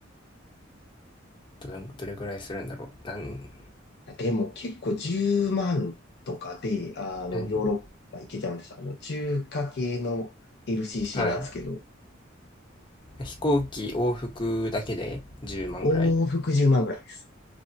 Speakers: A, on the left (about 25°); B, on the left (about 60°).
A: どれ、どれぐらいするんだろう。なん、
B: でも結構10万とかで、あの、
A: うん。
B: ヨーロッパ行けちゃうんです。あの、中華系の LCC
A: はい。
B: なんですけど、
A: 飛行機往復だけで10万ぐらい
B: 往復10万ぐらいです。